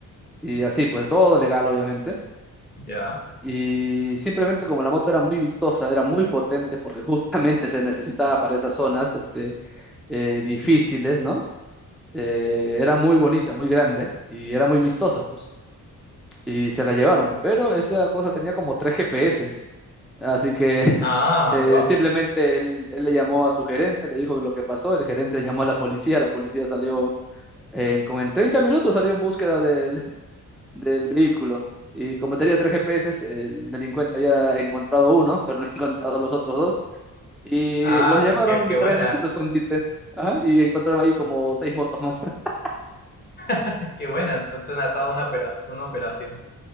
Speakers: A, in the centre; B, on the left (about 30°).
A: Y así, pues todo legal, obviamente.
B: ya.
A: Y simplemente como la moto era muy vistosa, era muy potente, porque <laughs> justamente se necesitaba para esas zonas, este, eh, difíciles, ¿no? Eh, era muy bonita, muy grande y era muy vistosa, pues. y se la llevaron, pero esa cosa tenía como tres GPS, así que <laughs>
B: Ah,
A: eh,
B: wow.
A: simplemente él, él le llamó a su gerente, le dijo lo que pasó, el gerente llamó a la policía, la policía salió en, como en 30 minutos, salió en búsqueda del, <laughs> del vehículo y como tenía tres GPS, el delincuente había encontrado uno, pero no <laughs> encontrado los otros dos y
B: Ah,
A: los llevaron
B: qué,
A: literalmente
B: qué buena,
A: a su escondite. Ajá, y encontraron ahí como seis motos más. <laughs>
B: <laughs> qué buena. Suena toda una operación, una operación.